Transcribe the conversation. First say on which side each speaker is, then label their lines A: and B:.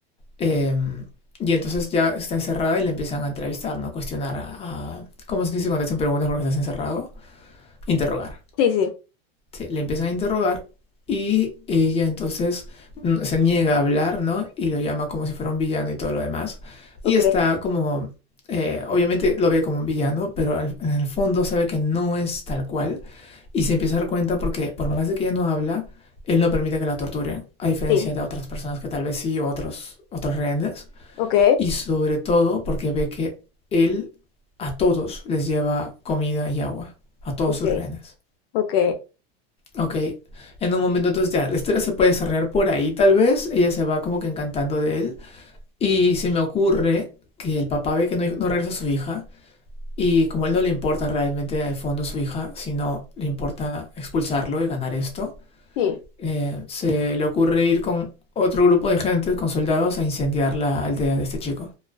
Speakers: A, on the left; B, on the left.
A: Em, y entonces ya está encerrada y la empiezan a entrevistar, ¿no? Cuestionar a... a- ¿Cómo se dice cuando te hacen preguntas porque estás encerrado? Interrogar.
B: sí, sí,
A: se- le empiezan a interrogar y ella entonces mm, se niega a hablar, ¿no? Y lo llama como si fuera un villano y todo lo demás.
B: ok,
A: Y está como, eh, obviamente lo ve como un villano, pero al- en el fondo sabe que no es tal cual y se empieza a dar cuenta porque por más de que ella no habla, él no permite que la torturen, a diferencia
B: sí,
A: de otras personas que tal vez sí o otros, otros rehenes.
B: ok,
A: Y sobre todo porque ve que él a todos les lleva comida y agua, a todos
B: ok,
A: sus rehenes.
B: ok,
A: Ok, en un momento entonces ya, la historia se puede desarrollar por ahí tal vez, ella se va como que encantando de él y se me ocurre que el papá ve que no, no regresa su hija y como a él no le importa realmente en el fondo su hija, sino le importa expulsarlo y ganar esto,
B: sí,
A: eh, se le ocurre ir con otro grupo de gente, con soldados, a incendiar la aldea de este chico.